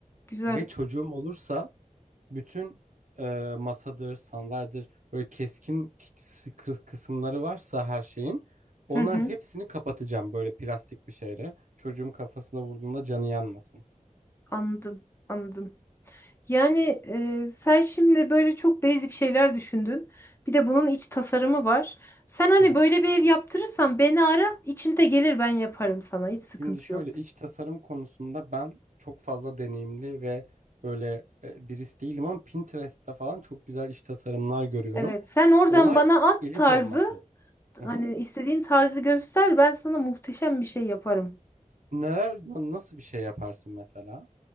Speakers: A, on the left; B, on the right.
A: Güzel.
B: Ve çocuğum olursa bütün e, masadır, sandalyedir böyle keskin k- kı- kısımları varsa her şeyin onların
A: Hı hı
B: hepsini kapatacağım böyle plastik bir şeyle. Çocuğum kafasına vurduğunda canı yanmasın.
A: anladım. Anladım. Yani e, sen şimdi böyle çok basic şeyler düşündün. Bir de bunun iç tasarımı var. Sen hani
B: Hı hı.
A: böyle bir ev yaptırırsan beni ara, içinde gelir ben yaparım sana. Hiç sıkıntı
B: Şimdi şöyle
A: yok.
B: iç tasarım konusunda ben çok fazla deneyimli ve böyle e, birisi değilim ama Pinterest'te falan çok güzel iç tasarımlar görüyorum.
A: Evet, sen oradan
B: Olay
A: bana at
B: elit
A: tarzı,
B: olması. Hı
A: hani
B: hı.
A: istediğin tarzı göster, ben sana muhteşem bir şey yaparım.
B: Neler na- nasıl bir şey yaparsın mesela?